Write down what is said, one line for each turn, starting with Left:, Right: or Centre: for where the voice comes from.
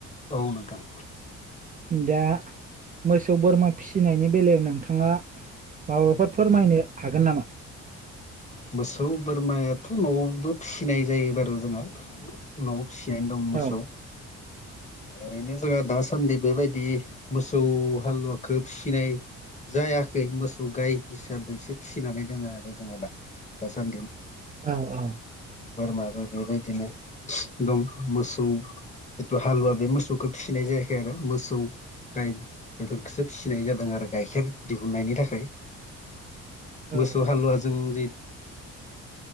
Left: औाव नोंथां
Right: दा मोसौ बोरमा फिसिनायनि बेलायाव नोंथाङा माबाफोर फोरमायनो हागोन नामा?
Left: मोसौ बोरमायाथ' न'आवबो फिसिनाय जायो बार' जोंहा न' फिसियनो दं मोसौ
Right: औ <inaudible>
Left: ओरैनो जोंहा दासान्दि बेबायदि मोसौ हालुवाखौ फिसिनाय जायाखै मोसौ गाय हिसाबैसो फिसिनानै दोङो आरो जोंहा दा दासान
Right: औ औ
Left: बोरमायाबो बेबायदिनो दं मोसौ जिथु हालुवा बे मोसौखौ फिसिनाय जायाखै आरो मोसौ गाय बेफोरखौसो फिसिनाय जादों आरो गाइखेर दिहुननायनि थाखाय
Right: औ
Left: मोसौ
Right: औ
Left: हालुवाजों जे